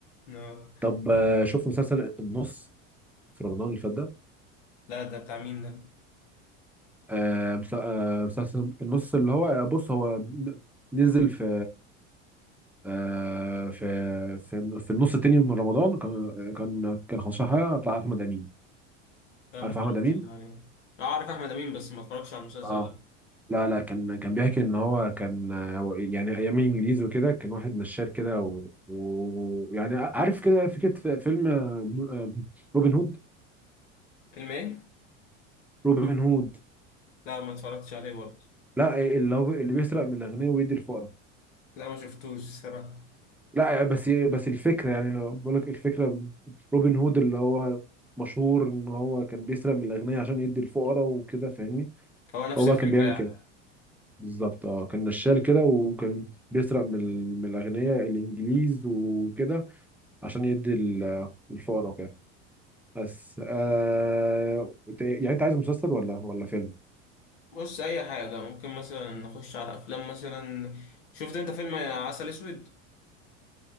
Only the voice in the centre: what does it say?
طب آه، شفت مسلسل النص في رمضان اللي فات ده
آه، مس- آه، مسلسل النص اللي هو بص هو نزل في آه، في في في النص التاني من رمضان كان كان كان 15 حلقه بتاع احمد امين
عارف
احمد امين
اه
لا لا كان كان بيحكي ان هو كان آه، هو يعني ايام الانجليز وكده كان واحد نشال كده ويعني و... و- يعني عارف كده فكره في- فيلم آه، آه، روبن هود
روبن هود
لا اللي هو اللي بيسرق من الاغنياء ويدي الفقراء
لا بس بس الفكره يعني بقول لك الفكره روبن هود اللي هو مشهور ان هو كان بيسرق من الاغنياء عشان يدي الفقراء وكده فاهمني
هو بقى
كان بيعمل
كده بالظبط اه كان نشال كده وكان بيسرق من ال- من الاغنياء الانجليز وكده عشان يدي ال- الفقراء وكده بس آه إنت- يعني انت عايز مسلسل ولا ولا فيلم